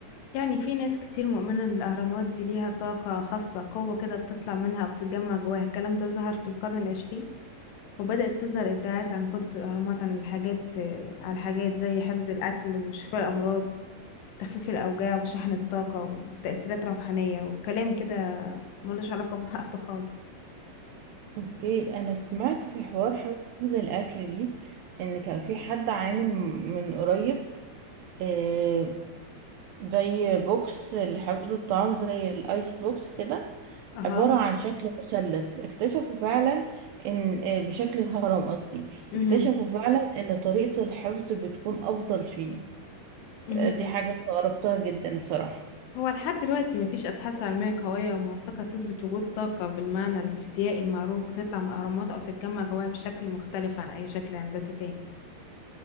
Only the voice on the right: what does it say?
أوكي أنا سمعت في حوار حفظ الأكل دي إن كان في حد عامل من قريب آه، زي بوكس لحفظ الطعام زي الايس بوكس كده
عبارة عن شكل مثلث اكتشفوا فعلا ان آه، بشكل الهرم قصدي
اكتشفوا فعلا ان طريقة الحفظ بتكون افضل فيه
آه، دي حاجة استغربتها جدا بصراحة